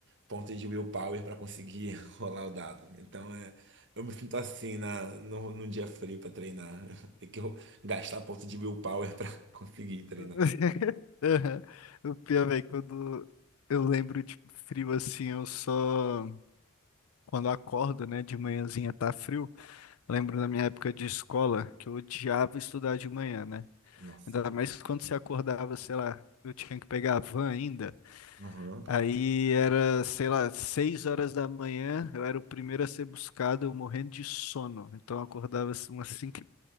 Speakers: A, on the right; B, on the left.
A: pontos de willpower para conseguir <laughs> rolar o dado. Então é, eu me sinto assim na no, num dia frio para treinar. <laughs> Tem que ro- gastar ponto de willpower para <laughs> conseguir treinar.
B: <laughs> Aham. O pior, velho, quando eu lembro de frio assim, eu só. Quando acordo, né, de manhãzinha tá frio. Lembro da minha época de escola que eu odiava estudar de manhã, né?
A: Nossa.
B: Ainda mais quando você acordava, sei lá, eu tinha que pegar a van ainda.
A: Aham.
B: Aí era, sei lá, seis horas da manhã, eu era o primeiro a ser buscado, eu morrendo de sono. Então eu acordava assim, umas cinco h